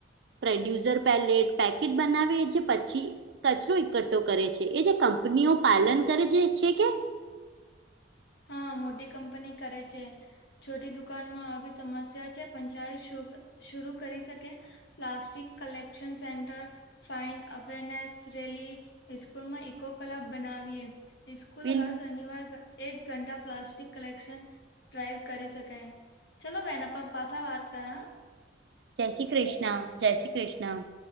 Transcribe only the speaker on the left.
હા મોટી કંપની કરે છે. છોટી દુકાનમાં આવી સમસ્યા છે પંચાયત શો શુરૂ કરી શકે. Plastic collection centre. Fine awareness rally સ્કૂલમાં ઇકો કલબ બનાવીએ. ઈસ્કૂલ
હ શનિવાર એક ઘંટા પ્લાસ્ટિક કલેક્શન ડ્રાઈવ કરી શકાય ચાલલો બેહેન આપા પાછા વાત કર